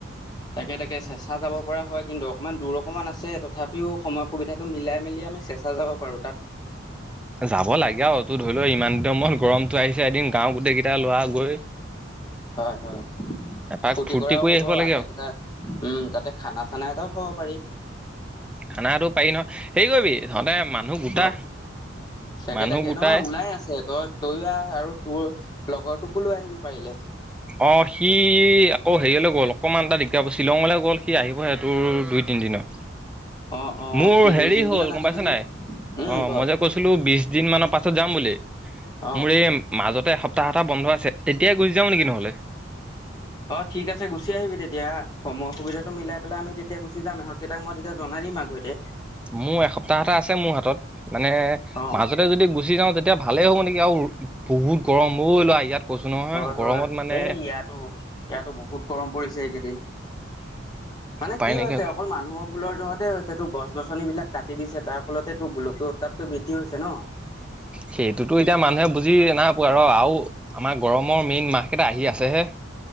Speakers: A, on the left; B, in the centre.
A: তাকে তাকে চেঁচা যাব পৰা হয় কিন্তু অকণমান দূৰ অকণমান আছে তথাপিও সময় সুবিধাটো মিলাই মেলি আমি চেচা যাব পাৰোঁ।
B: এ যাব লাগে আৰু তোৰ ধৰি ল' ইমান দিনৰ মুৰত গৰম আহিছে এদিন গাঁও গোটেই কেইটা লোৱা গৈ
A: হয় হয়
B: এপাক
A: ফূৰ্তি কৰাও
B: কৰি
A: হ'ব
B: আহিব
A: আটাইকেইটা
B: লাগে আৰু
A: উম, তাতে খানা চানা এটাও খাব পাৰি।
B: খানাাটো পাৰি ন' হেৰি কৰিবি তহঁতে মানুহ গোটা
A: ক। তাকে।
B: মানুহ
A: তাকে।
B: গোটাই
A: নহয়, ওলাই আছে। তই, তয়ো আহ আৰু তোৰ, লগৰটোকো লৈ আহিবি পাৰিলে!
B: অ', সি আকৌ হেৰিয়লৈ গ'ল। অকণমান এটা দিগদাৰ হব। শ্বিলঙলৈ গ'ল সি, আহিবহে তোৰ দুই- তিন দিনত
A: অ অ
B: মোৰ
A: সি দুই
B: হেৰি
A: তিনদিনত
B: হ'ল।
A: আহে
B: গম পাইছ
A: যদি
B: নে নাই?
A: উম
B: অ'হ।
A: ক
B: মই যে কৈছিলো বিশ দিন মানৰ পা ছত যাম বুলি।
A: অ
B: মোৰ এই মাজতে এসপ্তাহ এটা বন্ধ আছে, তেতিয়াই গুচি যাও নেকি নহলে ভালে
A: অ ঠিক আছে গুচি আহিবি তেতিয়া সময় সুবিধাাতটো মিলাই পেলাই আম তেতিয়া গুচি যাম। ইহঁতকেইটাক মই তেতিয়া জনাই দিম আগতে
B: মোৰ এসপ্তাহ এটা আছে, মোৰ হাতত। মানে
A: অ
B: মাজতে যদি গুচি যাওঁ তেতিয়া এতিয়া ভালেই হ'ব নেকি আৰু, বহুত গৰম অ' ল'ৰা ইয়াত কৈছো নহয়
A: হয়।
B: গৰমত
A: হয়।
B: মানে
A: এই ইয়াতো- ইয়াতো বহুত গৰম পৰিছে এইকেইদিন মানে
B: উপায়
A: কি
B: নাইকিয়া
A: হৈছে অকল মানুহৰ ভুলৰ জহতে হৈছে তো। গছ গছনি বিলাক কাটি দিছে তাৰ ফলতে তোৰ গোলকীয় উত্তাপটো বৃদ্ধি হৈছে ন!
B: সেইটোতো এতিয়া মানুহে বুজি নাই পোৱা। ৰহ। আৰু আমাৰ গৰমৰ মেইন মাহ কেইটা আহি আছেহে